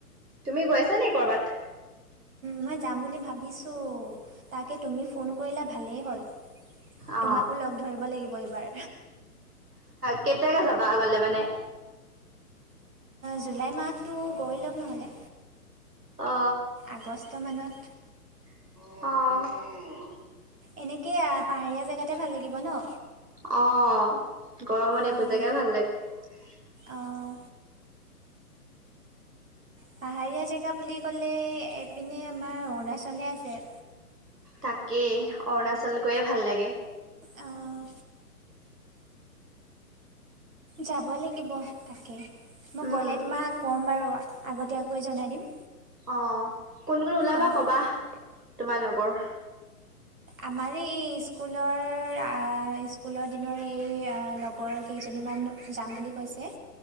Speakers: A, on the right; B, on the right.
A: তুমি গৈছা নে কৰ'বাত।
B: মই যাম বুলি ভাবিছো তাকে তুমি ফোন কৰিলা ভালেই হ'ল।
A: অ,
B: তোমাকো লগ ধৰিব লাগিব এইবাৰ
A: কেতিয়াকে যাবা আগলে মা <unintelligible> <unintelligible>
B: জুলাই মাহটো গৈ লওক নহ'লে।
A: অ
B: আগষ্ট মানত।
A: অহ',
B: এনেকে পাহাৰীয়া জেগাতে ভাল লাগিব ন।
A: অ, গৰমত এইবোৰ
B: অঁ
A: জেগাই ভাল লা <unintelligible>
B: অঁ পাহাৰীয়া জেগা বুলি ক'লে এইপিনে আমাৰ অৰুণাচলহে আছে।
A: তাকেই অৰুণাচল গৈয়ে ভাল লাগে।
B: অ', যাব লাগিব তাকে মই
A: উম
B: গ'লে তোমাক ক'ম বাৰু। আগতীয়াকৈয়ে জনাই দিম।
A: অ, কোন - কোন ওলাবা
B: অঁ
A: কবা তোমাৰ লগৰ।
B: আমাৰ এই স্কুলৰ আ ইস <unintelligible> কুলৰ দিনৰ এই লগৰ কেইজনীমান যাম বুলি কৈছে।